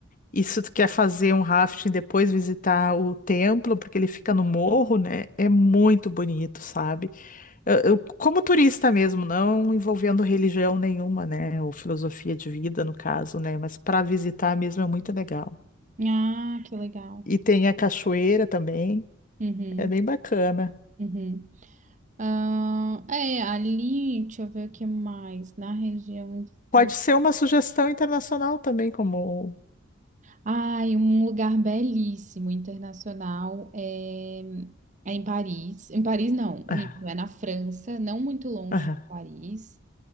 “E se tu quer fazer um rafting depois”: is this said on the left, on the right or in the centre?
Left